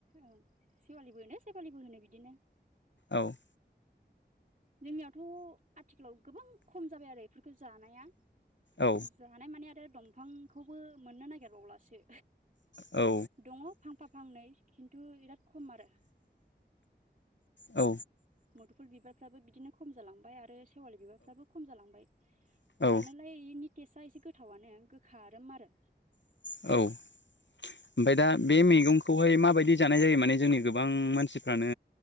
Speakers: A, on the right; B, on the left.
A: औ सेवालिबो होनो सेवालिबो होनो बिदिनो
B: औ
A: जोंनियावथ' आथिखालाव गोबां खम जाबाय आरो बेफोरखौ जानाया
B: औ
A: जानाय माने आरो दंफांखौबो मोननो नागिरबावलासो
B: औ
A: दङ फांफा फांनै खिन्थु बिराद खम आरो
B: औ
A: मुदुफुल बिबारफ्राबो बिदिनो खम जालांबाय आरो खेवालि बिबारफ्राबो खम जालांबाय
B: औ
A: जानालायनि गटेस्टआ एसे गोथावनो गोखा आराम आरो
B: औ ओमफफ्राय दा बे मैगंखौहाय माबायदि जानाय जायो माने जोंनि गोबां मानसिफ्रानो